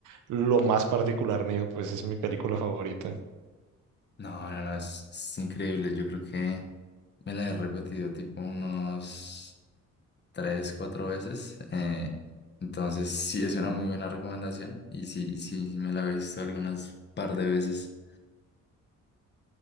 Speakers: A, on the right; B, on the left.
A: lo más particular mío, pues es mi película favorita.
B: No, no, no, es, es increíble. Yo creo que me la he repetido tipo unos tres, cuatro veces. eh, entonces, sí es una muy buena recomendación. Y sí, sí, sí me la he visto algunas par de veces.